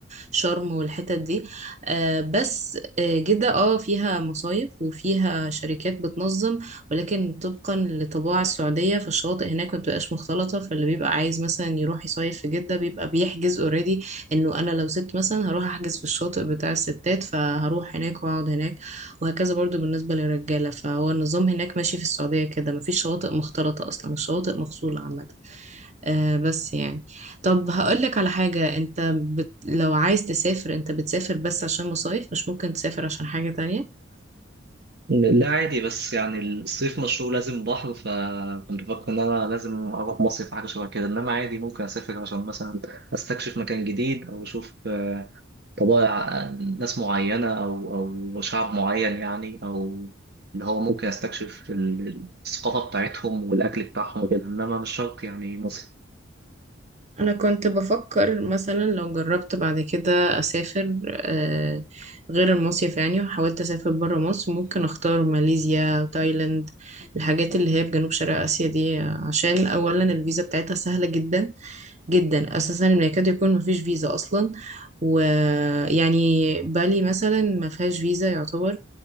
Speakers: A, on the right (about 35°); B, on the right (about 55°).
A: شرم والحتت دي آه، بس آه، جدة اه فيها مصايف وفيها شركات بتنظم ولكن طبقا لطباع السعودية فالشواطئ هناك ما بتبقاش مختلطة فاللي بيبقى عايز مثلا يروح يصيف في جدة بيبقى بيحجز اوريدي انه انا لو ست مثلا هروح احجز في الشاطئ بتاع الستات فهروح هناك واقعد هناك وهكذا برضو بالنسبة للرجالة فهو النظام هناك ماشي في السعودية كده مفيش شواطئ مختلطة اصلا الشواطئ مفصولة عامة آه بس يعني طب هقولك على حاجة انت بت... لو عايز تسافر انت بتسافر بس عشان مصايف مش ممكن تسافر عشان حاجة تانية
B: لا عادي بس يعني الصيف مشهور لازم بحر فكنت بفكر ان انا لازم اروح مصيف حاجه شبه كده انما عادي ممكن اسافر عشان مثلا استكشف مكان جديد او اشوف آه، طبائع آه، ناس معينه او او شعب معين يعني او اللي هو ممكن استكشف ال- الثقافه بتاعتهم والاكل بتاعهم وكده انما مش شرط يعني مصيف
A: انا كنت بفكر مثلا لو جربت بعد كده اسافر آه، غير المصيف يعني وحاولت اسافر برا مصر ممكن اختار ماليزيا تايلاند الحاجات اللي هي في جنوب شرق اسيا دي آه، عشان اولا الفيزا بتاعتها سهله جدا جدا اساسا إن يكاد يكون مفيش فيزا اصلا ويعني بالي مثلا ما فيهاش فيزا يعتبر